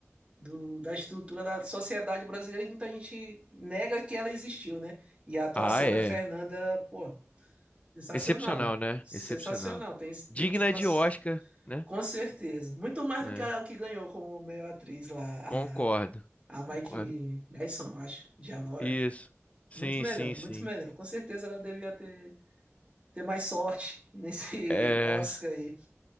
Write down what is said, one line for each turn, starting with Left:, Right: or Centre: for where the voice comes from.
Right: do- da estrutura da sociedade brasileira e muita gente nega que ela existiu, né? E a atuação
Left: Ah, é.
Right: da Fernanda, pô, sensacional.
Left: Excepcional, né?
Right: Sensacional.
Left: Excepcional.
Right: Tem,
Left: Digna
Right: tem situação.
Left: de Oscar, né?
Right: Com certeza. Muito mais
Left: É.
Right: do que a que ganhou como melhor atriz lá,
Left: Concordo,
Right: a, a Mike
Left: concordo.
Right: Madison, acho, de Anora.
Left: Isso. Sim,
Right: Muito melhor,
Left: sim, sim.
Right: muito melhor. Com certeza ela devia ter, ter mais sorte nesse
Left: É,
Right: <laughs> Oscar aí.